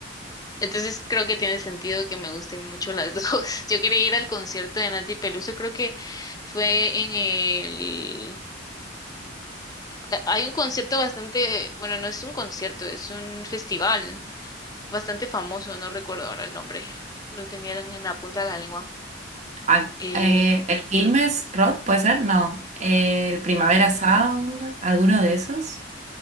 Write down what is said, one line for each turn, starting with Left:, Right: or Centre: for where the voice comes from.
Left: entonces creo que tiene sentido que me gusten mucho las <laughs> dos. Yo quería ir al concierto de Nati Peluso, creo que fue en el Eh, Hay un concierto bastante, bueno, no es un concierto, es un festival bastante famoso, no recuerdo ahora el nombre. Lo tenían en la punta de la lengua.
Right: Ah,
Left: Eh,
Right: eh, el Quilmes Rock, ¿puede ser? No. El Primavera
Left: Mm.
Right: Sound, ¿alguno de esos?